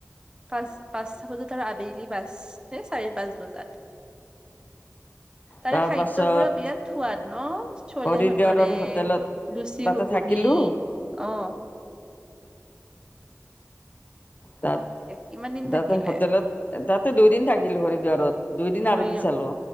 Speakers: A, on the right; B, on the left.
A: পাঁচ, পাঁচটা বজাত আৰু আবেলি পাঁচ, ‌ চাৰে পাঁচ বজাত। তাৰে
B: তাৰপাছত
A: খাদ্যবোৰো বিৰাট সোৱাদ ন? চলে
B: হৰিদ্বাৰৰ
A: ভতোৰে,
B: হোটেলত
A: লুচি
B: তাতে
A: ঘুগুনি,
B: থাকিলো
A: অ'হ!
B: তাত‌,
A: কিমান দিন
B: তাতে
A: থাকিলে
B: হোটেলত, তাতে দুইদিন থাকিলো হৰিদ্বাৰত, ‌ দুইদিন
A: হৰি
B: আৰতি চালো,